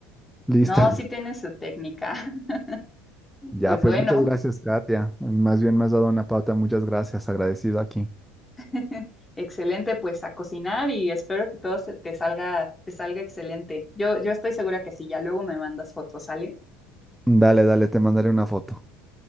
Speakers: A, in the centre; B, on the left (about 15°).
A: Listo.
B: no,
A: <laughs>
B: sí tiene su técnica. <laughs>
A: Ya,
B: Pues
A: pues
B: bueno,
A: muchas gracias, Katia. Más bien me has dado una pauta, muchas gracias, agradecido aquí.
B: <laughs> excelente, pues a cocinar y espero que todo se- te salga, te salga excelente. Yo, yo estoy segura que sí, ya luego me mandas fotos, ¿sale?
A: Dale, dale, te mandaré una foto.